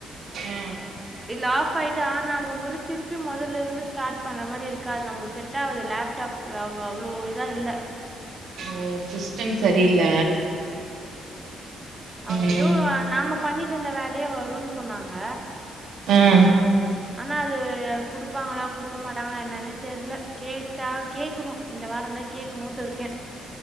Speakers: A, on the right; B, on the right.
A: ஆ
B: இலாஃப் ஃபாய்ட்டு ஆன் ஆகும்போது திருப்பி மொதல்லிருந்து ஸார்ட் பண்ற மாரி இருக்கா நம்ளு செட் ஆவுது லேப்டாப் அவ அவ்ளோ இதா இல்ல
A: ம் சிஸ் டம் சரியில்ல
B: அவுங்க
A: ம்
B: ஏதோ நாம பண்ணிட்டு இருந்த வேல தையா நைய வரும்ன்னு சொன்னாங்க
A: உம்
B: ஆனா அது குடுப்பாங்களா குடுக்க மாட்ட ட்டாங்களா என்னன்ன தெர்ல கேட்டா கேட்கணு இந்த வாரோந்தா கேட்கணுன்ட்டு இருக்கே